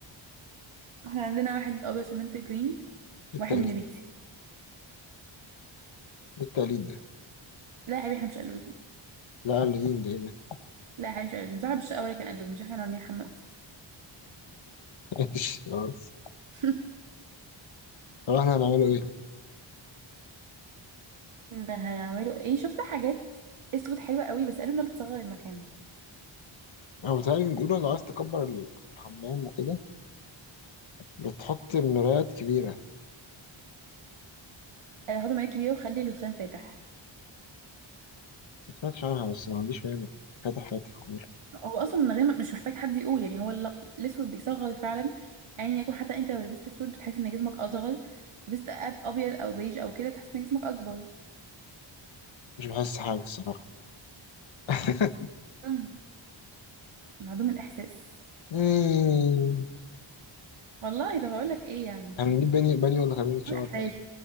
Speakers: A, on the right; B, on the left.
A: احنا عندنا واحد أبيض فمنت جرين
B: إيه
A: واحد
B: التقليد
A: نبيتي
B: إيه التقليد ده
A: لا يا حبيبي احنا مش قلوزين
B: لا قلدين ده ايه ده
A: لا يا حبيبي مش قلوزين صاحب الشقة هو اللي كان قلوز مش احنا اللي عاملين حمام أصلا
B: <laughs> ماشي خلاص
A: <laughs>
B: طب احنا هنعمله ايه؟
A: احنا هنعمله ايه شفت حاجات اسود حلوة قوي بس قالوا انها بتصغر المكان
B: هو بيتهيألي نقوله لو عايز تكبر الحمام وكده بتحط مرايات كبيرة
A: قالوا حطوا مراية كبيرة وخلي الرخام فاتح
B: ما سمعتش عنها بس ما عنديش مانع فاتح فاتح عمري
A: هو أصلا من غير ما- مش محتاج حد يقول يعني هو ال- الأسود بيصغر فعلا أيا يعني يكن حتى أنت لو لبست أسود بتحس إن جسمك أصغر لبست أب- أبيض أو بيج أو كده بتحس إن جسمك أكبر
B: مش بحس حاجة الصراحة <laughs>
A: مم. معدوم الإحساس
B: مم.
A: والله ده بقولك ايه يعني
B: هنجيب باني باني ولا كابينة شاور
A: عامل احساس
B: طيب؟